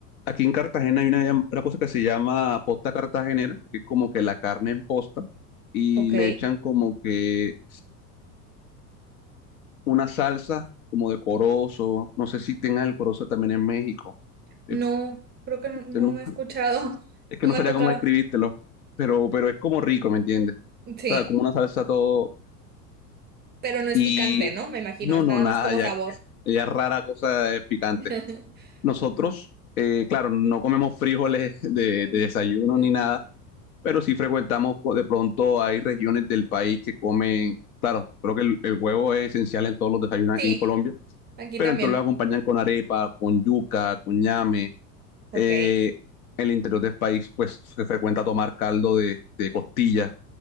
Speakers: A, on the left; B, on the right.
A: aquí en Cartagena hay una, llam- una cosa que se llama posta cartagenera, que es como que la carne en posta, y
B: Ok.
A: le echan como que una salsa como de corozo. No sé si tengan el corozo también en México.
B: No,
A: Eh,
B: creo que no,
A: eh,
B: no
A: no-
B: me ha escuchado.
A: <laughs>
B: <laughs>
A: es que
B: No
A: no
B: me
A: sabría
B: ha tocado.
A: cómo describírtelo, pero, pero es como rico, ¿me entiendes?
B: Sí,
A: O sea, como una salsa todo.
B: pero no es
A: Y
B: picante, ¿no? Me imagino,
A: no,
B: es
A: no,
B: nada
A: nada,
B: más como
A: ya,
B: sabor.
A: ya rara cosa es picante.
B: <laughs>
A: Nosotros, eh, claro, no comemos frijoles <laughs> de,
B: Mm,
A: de desayuno
B: mm,
A: ni nada, pero sí frecuentamos, pues, de pronto hay regiones del país que comen, claro, creo que el, el huevo es esencial en todos los desayunos
B: Sí,
A: aquí en Colombia,
B: aquí
A: pero
B: también.
A: entonces lo acompañan con arepa, con yuca, con ñame.
B: Ok,
A: Eh, el interior del país, pues se frecuenta tomar caldo de, de costillas,